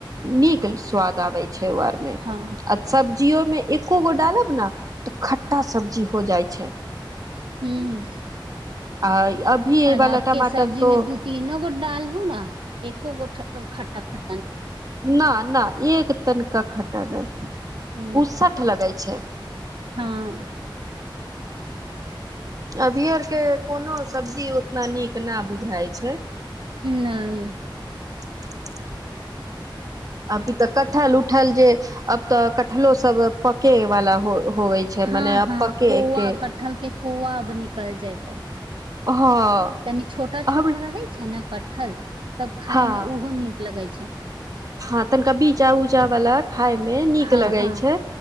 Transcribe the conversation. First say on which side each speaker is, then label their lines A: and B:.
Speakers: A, on the right; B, on the right.
A: नीक स्वाद आबे छै ओ आरमे आ
B: हँ
A: सब्जियो मे एको गो डालब ने तऽ खट्टा सब्जी हो जाइ छै
B: हूँ
A: आ अभी ए
B: आर
A: वाला
B: आबके
A: टमाटर
B: सब्जी
A: तो
B: मे दू तीनो गो डालहु न एको गो खटटा ख
A: न न एक तनिका खट्टा नहि
B: ह
A: उसठ लगै छै
B: हँ
A: अभी आरके कोनो सब्जी उतना नीक न बुझाइ छै
B: नइ
A: <inaudible> अभी तऽ कटहल उठल जे अब तऽ कटहलो सब पके वाला हो होवे छै
B: हँ
A: मने
B: हँ
A: अब पके
B: कौआ
A: के
B: कठहल के कौआ अब निकल जैतै
A: हँ
B: तनी छोटा छोटा
A: हम
B: रहे छै ने कटहल तब खाय
A: हँ
B: में उहो नीक लगे छै
A: हँ तनिका बीजा उजा वाला खाय मे नीक
B: हँ
A: लगै
B: हँ
A: छै